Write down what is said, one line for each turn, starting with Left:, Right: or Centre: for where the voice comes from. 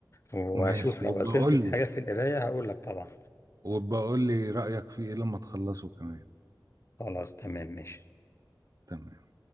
Left: وأشوف
Right: ماشي
Left: لو
Right: وبقول
Left: عطلت في
Right: لي
Left: حاجة في القراية هقول لك طبعا
Right: وبقول لي رأيك في ايه لما تخلصه كمان
Left: خلاص تمام ماشي
Right: تمام